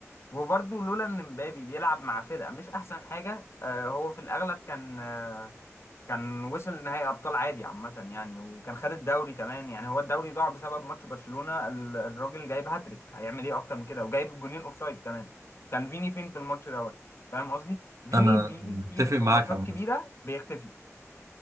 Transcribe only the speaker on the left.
وبرضه لولا ان مبابي بيلعب مع فرقه مش احسن حاجه آه، هو في الاغلب كان كان وصل نهائي ابطال عادي عامه يعني وكان خد الدوري كمان يعني هو الدوري ضاع بسبب ماتش برشلونه ال- الراجل جايب هاتريك هيعمل ايه اكتر من كده وجايب جونين اوفسايد كمان كان فيني فين في الماتش دوت فاهم قصدي فيني
بيجي
كتير في
ماتشات
كبيره بيختفي